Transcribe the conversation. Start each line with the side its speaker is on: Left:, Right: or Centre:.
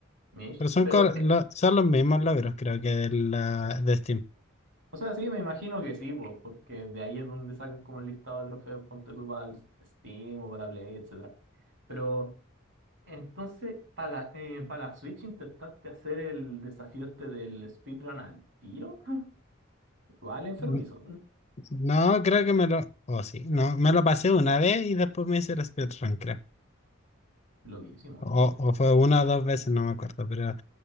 Right: Mish.
Left: Pero son,
Right: Pero
Left: cor- lo- son los mismos logros, creo que de, la, de Steam.
Right: O sea, sí, me imagino que sí, po, porque de ahí es donde sacan como el listado de trofeos, ponte tú para el Steam o para la Play, etcétera. Pero entonces, para la, eh, pa' la Switch intentaste hacer el desafío este del speedrun al tiro, <laughs> igual enfermizo,
Left: N-
Right: mm,
Left: No, creo que me lo. Oh, sí. No, me lo pasé una vez y después me hice el speedrun, creo.
Right: loquísimo.
Left: O, o fue una o dos veces, no me acuerdo. Pero